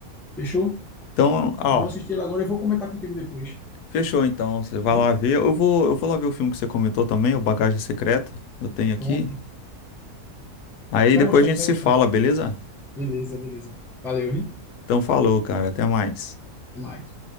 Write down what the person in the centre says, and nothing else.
Fechou?
Vou assistir ele agora e vou comentar contigo depois.
viu?
Pronto.
Vai
gostar,
tu vai
gostar.
Beleza, beleza. Valeu, vi?
Até mais.